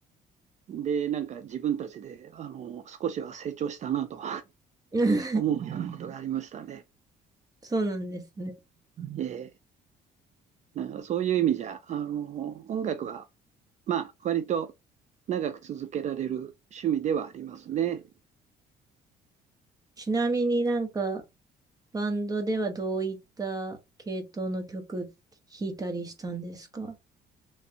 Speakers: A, on the right (about 45°); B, on the right (about 20°).
A: で、なんか自分たちであの少しは成長したなと
B: <laughs>
A: 思うようなことがありましたね。
B: そうなんですね。
A: えーだからそういう意味じゃ、あの音楽はまあ、割と長く続けられる趣味ではありますね。
B: ちなみになんか、バンドではどういった系統の曲弾いたりしたんですか